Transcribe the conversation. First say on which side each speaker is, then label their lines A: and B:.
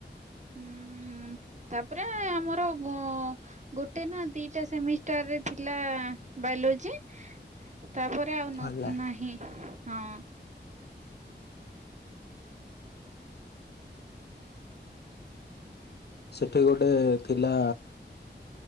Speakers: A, on the right (about 40°); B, on the left (about 60°).
A: ହଁ ତାପରେ ଆମର ଗୋଟେ ନା ଦିଟା ସେମିଷ୍ଟରରେ ଥିଲା ବାୟୋଲୋଜି। ତାପରେ ଆଉ
B: ଆଜ୍ଞା
A: ନାହିଁ। ହଁ।
B: ସେଠି ଗୋଟେ ଥିଲା।